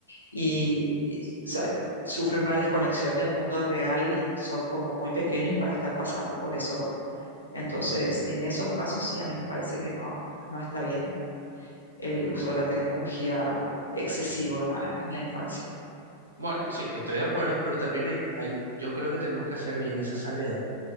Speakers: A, on the left (about 80°); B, on the right (about 75°).
A: y, y, o sea, sufren una desconexión del mundo real y son como muy pequeños para estar pasando por eso. Entonces, en esos casos sí, a mí me parece que no, no está bien el uso de la tecnología excesivo en la, en la infancia.
B: Bueno, sí, estoy de acuerdo, pero también hay, hay- yo creo que tenemos que hacer bien esa salvedad